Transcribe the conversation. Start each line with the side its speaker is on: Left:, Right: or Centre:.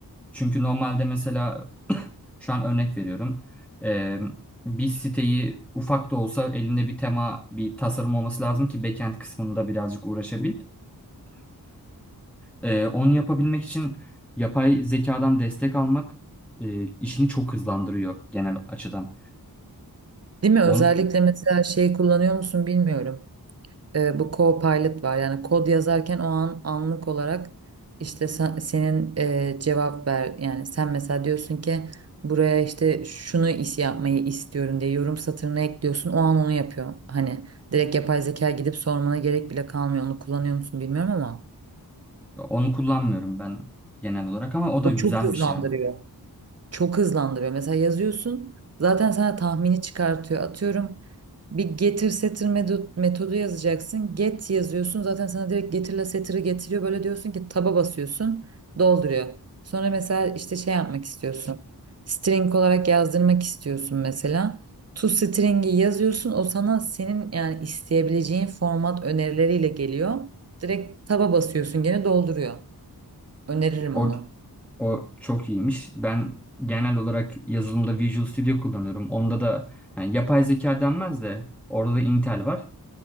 Centre: Çünkü normalde mesela şu an örnek veriyorum. Ee, bir siteyi ufak da olsa elinde bir tema, bir tasarım olması lazım ki backend kısmında birazcık uğraşabil. Ee, onu yapabilmek için yapay zekadan destek almak e, işini çok hızlandırıyor genel açıdan.
Right: Değil mi?
Centre: Onu,
Right: Özellikle mesela şeyi kullanıyor musun bilmiyorum. Ee, bu Copilot var. Yani kod yazarken o an anlık olarak işte sen- senin e, cevap ver. Yani sen mesela diyorsun ki buraya işte şunu is yapmayı istiyorum diye yorum satırına ekliyorsun. O an onu yapıyor. Hani direkt yapay zeka gidip sormana gerek bile kalmıyor. Onu kullanıyor musun bilmiyorum ama
Centre: onu kullanmıyorum ben genel olarak ama o da
Right: o
Centre: güzelmiş
Right: çok hızlandırıyor.
Centre: ya.
Right: Çok hızlandırıyor. Mesela yazıyorsun zaten sana tahmini çıkartıyor. Atıyorum bir getir setir medo- metodu yazacaksın. Get yazıyorsun zaten sana direkt getirle setiri getiriyor. Böyle diyorsun ki taba basıyorsun dolduruyor. Sonra mesela işte şey yapmak istiyorsun. String olarak yazdırmak istiyorsun mesela. To string'i yazıyorsun o sana senin yani isteyebileceğin format önerileriyle geliyor. Direkt taba basıyorsun gene dolduruyor. Öneririm
Centre: O,
Right: onu.
Centre: o çok iyiymiş. Ben genel olarak yazılımda Visual Studio kullanıyorum. Onda da yani yapay zeka denmez de orada da Intel var.